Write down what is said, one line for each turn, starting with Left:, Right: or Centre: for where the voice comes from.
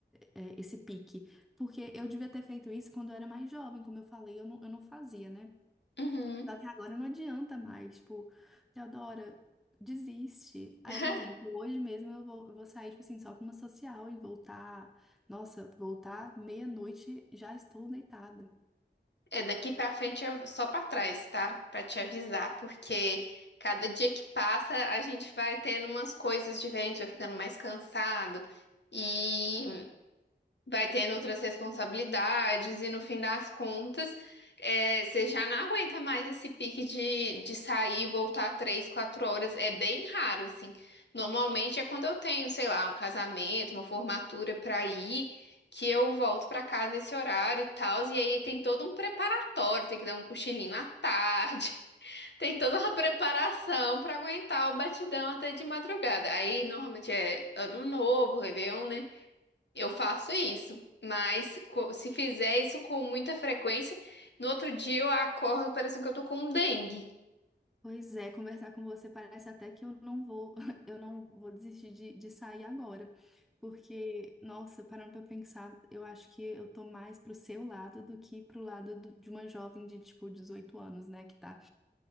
Centre: eh, esse pique. Porque eu devia ter feito isso quando eu era mais jovem, como eu falei, eu não, eu não fazia, né?
Left: Uhum.
Centre: Só que agora não adianta mais, tipo, Teodora, desiste. Aí,
Left: <laughs>
Centre: por exemplo, hoje mesmo eu vou, eu vou sair, tipo assim, só pra uma social e voltar. Nossa, voltar meia-noite, já estou deitada.
Left: É, daqui pra frente eu só pra trás, tá? Pra te avisar, porque cada dia que passa a gente vai tendo umas coisas diferentes, vai ficando mais cansado. E vai tendo outras responsabilidades e no fim das contas, é, você já não aguenta mais esse pique de, de sair e voltar três, quatro horas. É bem raro, assim. Normalmente é quando eu tenho, sei lá, um casamento, uma formatura para ir, que eu volto para casa esse horário e tal. E aí tem todo um preparatório, tem que dar um cochilinho à tarde, <laughs> tem toda uma preparação para aguentar o batidão até de madrugada. Aí normalmente é ano novo, Réveillon, né? Eu faço isso, mas co- se fizer isso com muita frequência, no outro dia eu acordo parecendo que eu tô com um dengue.
Centre: Pois é, conversar com você parece até que eu não vou, <laughs> eu não vou desistir de, de sair agora. Porque, nossa, parando pra pensar, eu acho que eu tô mais pro seu lado do que pro lado do- de uma jovem de, tipo, 18 anos, né? Que tá